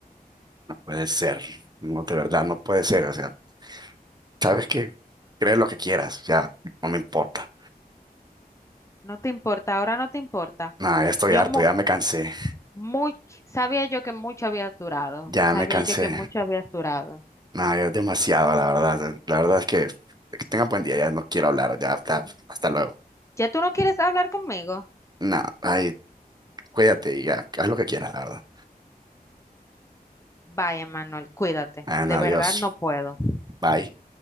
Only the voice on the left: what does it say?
no te importa, ahora no te importa.
Yo
mu-
muy, sabía yo que mucho habías durado,
sabía
yo que mucho habías durado.
¿Ya tú no quieres hablar conmigo?
Bye, Emanuel, cuídate.
De
verdad
no puedo.